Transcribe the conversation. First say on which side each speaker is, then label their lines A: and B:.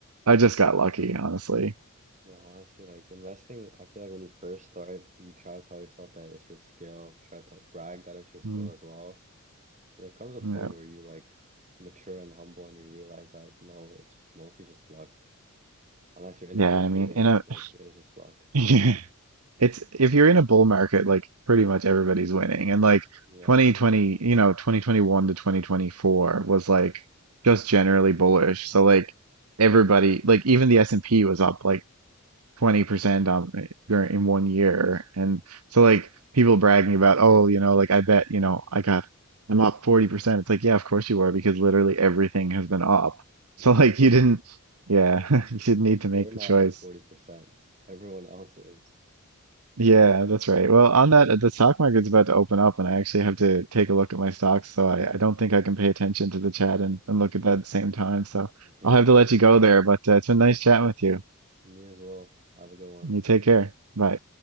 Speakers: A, on the right; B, on the right.
A: I just got lucky, honestly.
B: Yeah, honestly, like investing, I feel like when you first start, you try to tell yourself that it's your skill, try to brag that it's your skill
A: Mm,
B: as well. But there comes a point
A: yeah.
B: where you like mature and humble and you realize that no, it's mostly just luck. Unless you're insider
A: Yeah, I
B: trading,
A: mean, in a,
B: like it's just luck.
A: <laughs> yeah, it's, if you're in a bull market, like, pretty much everybody's winning. And like
B: Yeah.
A: 2020, you know, 2021 to 2024 was like just generally bullish. So like everybody, like even the S&P was up like 20% on dur- in one year. And so like people bragging about, oh, you know, like I bet, you know, I got I'm up 40%. It's like, yeah, of course you are because literally everything has been up. <laughs>
B: Exactly.
A: So like you didn't
B: Yeah,
A: yeah,
B: like
A: <laughs> you didn't
B: like
A: need to
B: you're
A: make
B: not
A: the choice.
B: up 40%. Everyone else is.
A: Yeah, that's right. Well, on that, the stock market's about to open up, and I actually have to take a look at my stocks, so I, I don't think I can pay attention to the chat and, and look at that at the same time. So
B: <laughs> Yeah,
A: I'll have to let you go there, but uh, it's been nice chatting with you.
B: me as well. Have a good one.
A: You take care. Bye.